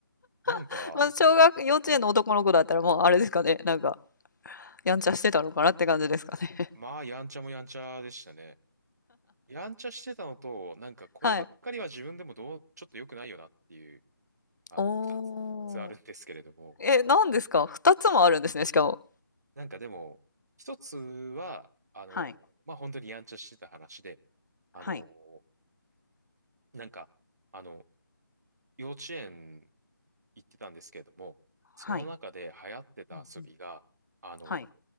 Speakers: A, on the right; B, on the left.
A: なんか、
B: <laughs> まあ、小学幼稚園の男の子だったらもうあれですかね、なんかやんちゃしてたのかなって感じですかね。
A: まあ、やんちゃもやんちゃでしたね。やんちゃしてたのと、なんか、こればっかりは自分でもどう、
B: <laughs> はい。
A: ちょっと良くないよなっていう、あの、
B: おー。
A: 二つあるんですけれども、
B: え、なんですか ?2 つもあるんですね、しかも。
A: なんかでも、一つは、あの、
B: はい。
A: まあ、本当にやんちゃしてた話で、あの、
B: はい。
A: なんか、あの、幼稚園行ってたんですけれども、その中で流行ってた遊びが、
B: はい。うんうん。
A: あの、
B: はい。